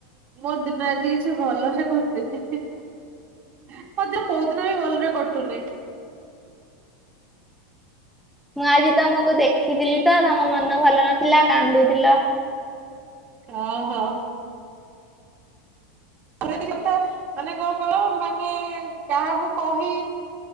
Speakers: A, on the right; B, in the centre.
A: ମୋ ଦିନ ଆଜି କିଛି ଭଲ ସେ କାଟିନି। ମୋର କୋଉ ଦିନ ବି ଭଲରେ କଟୁନି।
B: ମୁଁ ଆଜି ତମକୁ ଦେଖିଥିଲି ତ ତମ ମନ ଭଲ ନଥିଲା କାନ୍ଦୁଥିଲ।
A: ଓ ହୋ। କଥା ମାନେ କଣ କର ମାନେ କାହାକୁ କହି